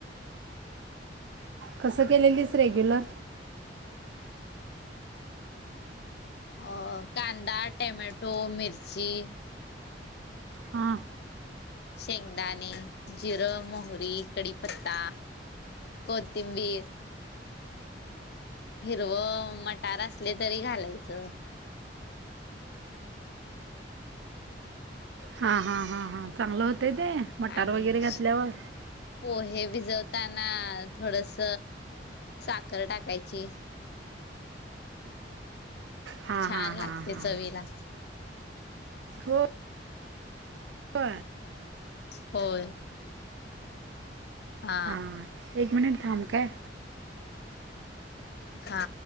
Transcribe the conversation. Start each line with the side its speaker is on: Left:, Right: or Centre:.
Right: कसं केलेलीस रेग्युलर
Left: अ कांदा टोमॅटो मिरची
Right: हां
Left: शेंगदाणे जिरं मोहरी कडीपत्ता कोथिंबीर हिरव मटार असले तरी घालायचं
Right: हां हां हां हां चांगलं होतं ते मटार
Left: आणि
Right: वगैरे घातल्यावर
Left: पोहे भिजवताना थोडस साखर टाकायची
Right: हां
Left: छान
Right: हां
Left: लागते
Right: हां हां
Left: चवीला
Right: हो हो
Left: होय हा
Right: हां एक मिनिट थांब का
Left: हा